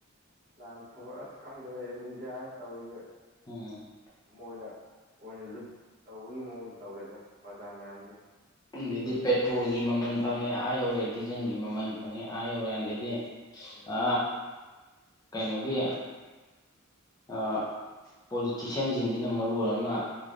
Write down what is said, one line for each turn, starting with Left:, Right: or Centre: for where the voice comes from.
Right: ꯂꯥꯟ ꯁꯣꯛ ꯑꯁ ꯈꯪꯗꯦꯗ ꯏꯟꯗꯤꯌꯥꯅ ꯇꯧꯔꯤꯖꯦ
Left: ꯎꯝ
Right: ꯃꯣꯏꯅ ꯑꯣꯏꯅ ꯂꯨꯠ ꯇꯧꯕꯒꯤ ꯃꯑꯣꯡꯗ ꯇꯧꯔꯦꯗ ꯄ꯭ꯔꯖꯥ ꯃꯌꯥꯝꯗꯒꯤ
Left: ꯑꯗꯩꯗꯤ ꯄꯦꯇ꯭ꯔꯣꯜꯒꯤ ꯃꯃꯜ ꯐꯪꯉꯦ ꯑꯥ ꯌꯧꯂꯩ ꯗꯤꯖꯜꯒꯤ ꯃꯃꯜ ꯐꯪꯉꯦ ꯑꯥ ꯌꯧꯔꯦ ꯑꯗꯩꯗꯤ
Right: ꯎꯝ
Left: ꯑ ꯀꯩꯅꯣꯒꯤ ꯑ ꯄꯣꯂꯤꯇꯤꯁꯤꯌꯥꯟꯁꯤꯡꯁꯤꯅ ꯃꯔꯣꯟ ꯑꯃ